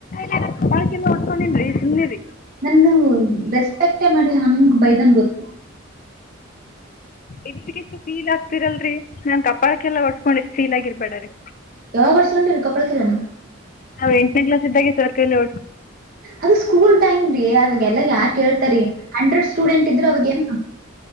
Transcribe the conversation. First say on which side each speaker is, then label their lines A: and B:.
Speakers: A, on the left; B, on the right.
A: ಗಾಯ ಕಬಾಳಕೆಲ್ಲ ಹೊಡ್ಕೊಂಡನ್ರಿ ಸುಮ್ನೆರಿ
B: ನನ್ಗ ರೆಸ್ಪೆಕ್ಟೇ ಮಾಡಿಲ್ಲ ಹಂಗ್ ಬೈದನ್ ಗೊತ್ತು
A: ಇಕ್ಕೆ ಎಷ್ಟು ಫೀಲ್ ಆಗ್ತಿರಲ್ರಿ ನಾನ್ ಕಪಾಳಕ್ಕೆಲ್ಲ ಒಡ್ಸ್ಕೊಂಡ್ ಎಷ್ಟ್ ಫೀಲ್ ಆಗಿರ್ಬೇಡ್ರೀ
B: ಯಾವಾಗ ಹೊಡ್ಸ ಉಂಟ ರರಿ ಕಪ್ಪಳ ಕಿರನು
A: ನಾವು ಎಂನೇ ಕ್ಲಾಸ್ ಇದಾಗ ಸರ್ ಕೈಲ್ಲಿ
B: ಅದು ಸ್ಕೂಲ್ ಟೈಮ್ ರೀ ಅವಾಗೆಲ್ಲ ಯಾರ್ ಕೇಳ್ತಾರೀ ಹಂಡ್ರೆಡ್ ಸ್ಟೂಡೆಂಟ್ ಇದ್ರರು ಅವಾಗ ಏನ್